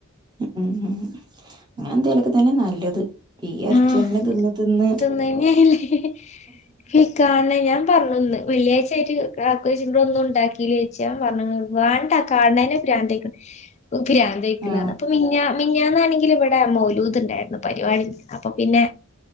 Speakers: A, on the right; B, on the left.
A: ഉം ഉം അങ്ങനെ എന്തേലൊക്കെ തന്നെ നല്ലത്. ഈ എറച്ചിന്നെ
B: ആഹ്
A: തിന്ന് തിന്ന്
B: തിന്നയ്ഞ്ഞല്ലേ ഹി കാണ്ല്ല്യ ഞാ പർഞ്ഞുന്ന് വെള്ളിയാഴ്ച ആയിട്ട് കാക്കോയ്ച്ച് ഇവടെ ഒന്നും ണ്ടാക്കില്ലേ ച്ച്. ഞാൻ പർഞ്ഞ് ങ്ങള് വാ അഹ് കാണ്ന്നെന് ഭ്രാന്തായിക്ക്. ഓക്ക് ഭ്രാന്തായിക്ക്ണ്
A: ആ
B: ർഞ്ഞ് അപ്പ മിഞ്ഞ മിഞ്ഞാന്നാണെങ്കിൽ ഇവടെ മൗലൂദ് ണ്ടായിരുന്നു പരിപാടി. അപ്പൊ പിന്നെ